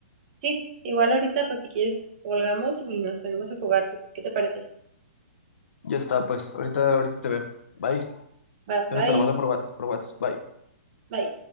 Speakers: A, on the right; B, on the left.
A: Sí, igual ahorita, pues si quieres, colgamos y nos ponemos a jugar. ¿Qué qué te parece?
B: Ya está, pues, ahorita, ahorita te veo. Bye.
A: Va, bye,
B: Yo te lo mando por, wa- por WhatsApp. Bye.
A: bye.